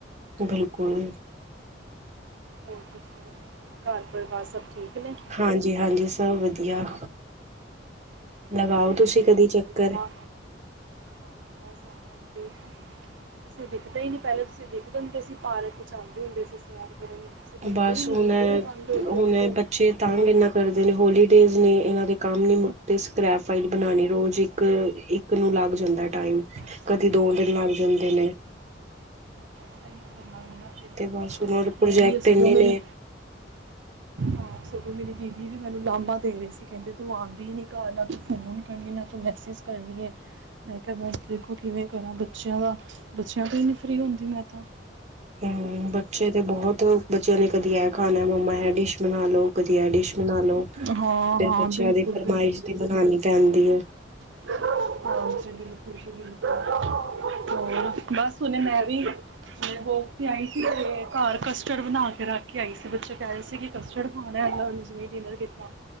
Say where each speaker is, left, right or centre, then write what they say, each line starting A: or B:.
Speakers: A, on the right (about 40°); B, on the right (about 75°).
A: ਬਿਲਕੁਲ,
B: ਹੋਰ ਦੱਸੋ ਘਰ ਪਰਿਵਾਰ ਸਭ ਠੀਕ ਨੇ।
A: ਹਾਂਜੀ-ਹਾਂਜੀ, ਸਭ ਵਧੀਆ,
B: ਕਿੱਥੇ
A: ਲਗਾਓ
B: ਰਹਿੰਦੇ
A: ਤੁਸੀਂ ਕਦੀ
B: ਹੋ ਅੱਜ
A: ਚੱਕਰ।
B: ਕੱਲ੍ਹ ਨਾ ਹਾਂ ਬਸ ਆਵਾਂਗੇ, ਤੁਸੀਂ ਦਿਖਦੇ ਹੀ ਨਹੀਂ ਪਹਿਲੇ ਤੁਸੀਂ ਦਿਖਦੇ ਹੁੰਦੇ ਸੀ ਪਾਰਕ ਚ ਆਉਦੇ ਹੁੰਦੇ ਸੀ ਸੈਰ ਕਰਨ। ਤੁਸੀਂ ਦਿਖਦੇ
A: ਬਸ
B: ਹੀ ਨਹੀਂ
A: ਹੁਣ,
B: ਬਿਲਕੁਲ ਹੀ ਬੰਦ ਹੋ ਗਏ
A: ਹੁਣ
B: ਦਿਖਣੇ
A: ਬੱਚੇ ਤੰਗ ਇਨਾ ਕਰਦੇ ਨੇ ਹੋਲੀਡੇਜ਼ ਨੇ ਇਹਨਾਂ ਦੇ ਕੰਮ ਨੀ ਮੁਤੇ ਸਕ੍ਰੈਪ ਫਾਈਲ ਬਣਾਣੀ ਰੋਜ਼
B: ਹਾਂ
A: ਇੱਕ ਇੱਕ ਇੱਕ ਨੂੰ ਲੱਗ ਜਾਂਦਾ
B: ਬਸ
A: ਟਾਈਮ
B: ਬਸ
A: ਕਦੇ ਦੋ ਦਿਨ ਲੱਗ
B: ਹਾਂ
A: ਜਾਂਦੇ ਨੇ,
B: <unintelligible> ਫਿਰ
A: ਤੇ ਬਸ ਉਹਨਾਂ ਦੇ
B: ਪੈ
A: ਪ੍ਰੋਜੈਕਟ
B: ਰਹੀ ਹੈ ਸਗੋਂ
A: ਇੰਨੇ
B: ਮੇਰੀ
A: ਨੇ
B: ਹਾਂ ਸਗੋਂ ਮੇਰੀ ਦੀਦੀ ਵੀ ਮੈਨੂੰ ਲਾਂਬਾ ਦੇ ਰਹੇ ਸੀ ਕਹਿੰਦੇ ਤੂੰ ਆਉਂਦੀ ਨੀ ਘਰ ਨਾ ਤੂੰ ਫੋਨ ਕਰਨੀ ਨਾ ਤੂੰ ਮੈਸੇਜ, ਕਰਦੀ ਹੈ, ਮੈਂ ਕਿਹਾ ਬਸ ਦੇਖੋ ਕਿਵੇਂ ਕਰਾਂ ਬੱਚਿਆਂ ਦਾ ਬੱਚਿਆਂ ਤੋਂ ਨਹੀਂ ਫਰੀ ਹੁੰਦੀ ਮੈਂ ਤਾਂ,
A: ਹੂੰ, ਬੱਚੇ ਤਾਂ ਬਹੁਤ ਬੱਚਿਆਂ ਨੇ ਕਦੀ ਇਹ ਖਾਣਾ ਮੰਮਾ ਇਹ ਡਿਸ਼ ਬਣਾ ਲਉ ਕਦੀ ਇਹ ਡਿਸ਼ ਬਣਾ ਲਉ।
B: ਹਾਂ
A: ਤੇ
B: ਹਾਂ
A: ਬੱਚਿਆਂ
B: ਬਿਲਕੁਲ
A: ਦੀ ਫਰਮਾਇਸ਼ ਤੇ ਬਣਾਉਣੀ ਪੈਂਦੀ ਹੈ।
B: <unintelligible> ਹਾਂ, ਜੀ ਬਿਲਕੁਲ ਜੀ ਬਿਲਕੁਲ ਹੋ ਬਸ ਹੁਣ ਮੈਂ ਵੀ, ਮੈਂ ਵੋਗ ਤੇ ਆਈ ਸੀ ਤੇ ਘਰ ਕਸਟਰਡ ਬਣਾ ਕੇ ਰੱਖ ਕੇ ਆਈ ਸੀ ਬੱਚੇ ਕਹਿ ਰਹੇ ਸੀ ਕਿ, ਕਸਟਰਡ ਖਣਾ ਡਿਨਰ ਕੀਤਾ